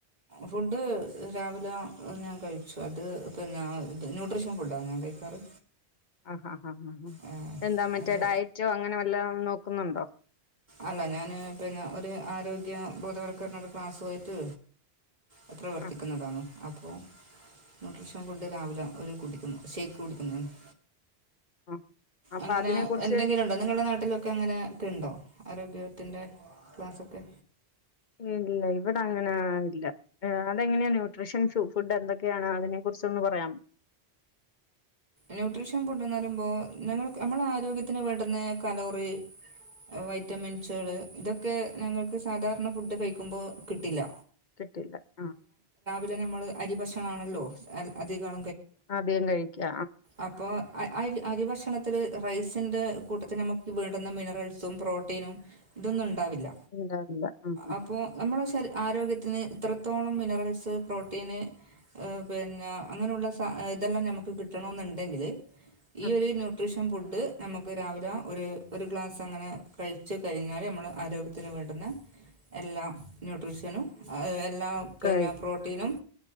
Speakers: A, on the right; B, on the left.
A: ഫുഡ് രാവിലെ ഞാൻ കഴി- പക്ഷ അത് പിന്നെ ന്യൂട്രീഷ്യൻ ഫുഡാണ് ഞാൻ കഴിക്കാറ്
B: ആ ഹ ഹ ഹ ഹ
A: ആ,
B: എന്താ മറ്റേ
A: അത്
B: ഡയറ്റോ അങ്ങനെ വല്ലോം നോക്കുന്നുണ്ടോ
A: അല്ല ഞാന് പിന്നെ ഒരു ആരോഗ്യ ബോധവൽക്കരണരു ക്ലാസ് ആയിട്ട്- അഹ് പ്രവർത്തിക്കുന്നതാണ്
B: ആഹ്
A: അപ്പൊ ന്യൂട്രീഷൻ ഫുഡ് രാവിലെ ഓര് കുടിക്കുന്നു ഷേ്ക്ക് കുടിക്കുന്നുണ്ട്
B: ആഹ് അപ്പൊ
A: അങ്ങനെ
B: അതിനെ കുറിച്ച്
A: എന്തെങ്കിലും ഉണ്ടോ നിങ്ങളുടെ നാട്ടിലൊക്കെ അങ്ങനെ ക്കെ ഉണ്ടോ ആരോഗ്യത്തിന്റെ ക്ലാസ്സൊക്കെ
B: ഇല്ല ഇവിടെ അങ്ങനാ ഇല്ല ആ അതെങ്ങനെയാ ന്യൂട്രിഷൻ സു - ഫുഡ് എന്തൊക്കെയാണ് അതിനെ കുറിച്ചന്ന് പറയാമോ
A: ന്യൂട്രീഷ്യൻ ഫുഡന്ന് പറയുമ്പോ ഞങ്ങൾ നമ്മളെ ആരോഗ്യത്തിന് വേണ്ടുന്ന കലോറി- വൈറ്റമിൻസുകള് ഇതൊക്കെ ഞങ്ങക്ക് സാധാരണ ഫുഡ് കഴിക്കുമ്പോ കിട്ടില്ല
B: കിട്ടില്ല ആ-
A: നമ്മള് അരി ഭക്ഷണ ആണല്ലോ അധിക-
B: അധികം കഴിക്കുക
A: അപ്പൊ അരി അരി ഭക്ഷണത്തില്- റൈസിന്റെ കൂട്ടത്തി നമുക്ക് വെണ്ടുന്ന മിനറൽസും പ്രോട്ടീനും ഇതൊന്നും- ഉണ്ടാവില്ല
B: ഇണ്ടാവില്ല ആഹ് ആഹ്
A: അപ്പോ നമ്മളെ ശൽ ആരോഗ്യ ഇന്ന് ഇത്രത്തോളം മിനറൽസ് പ്രോട്ടീന്- ഹ് പിന്ന ഇങ്ങനെഉള്ള സാ ഇതെല്ലാം നമ്മക്ക് കിട്ടണോന്ണ്ടെങ്കില് ഈയൊരു
B: ആഹ്
A: ന്യൂട്രീഷ് ഫുഡ്ഡ് നമ്മക്ക് രാവിലെ ഒരു ഒരു ഗ്ലാസങ്ങനെ കഴിച്ചു കഴിഞ്ഞാല് നമ്മളെആരോഗ്യത്തിന് വേണ്ടത് പിന്നെ എല്ലാ ന്യൂട്രീഷനും അഹ് എല്ലാ പിന്നെ
B: കഴി
A: പ്രോട്ടീനും